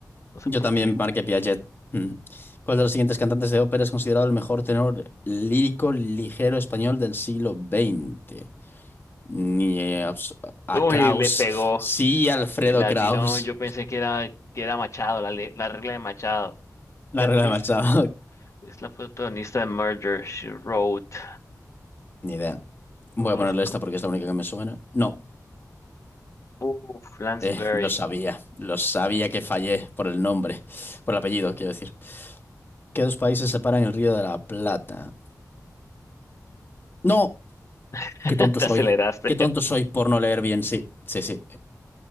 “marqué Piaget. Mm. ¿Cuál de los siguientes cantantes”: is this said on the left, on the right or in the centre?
Left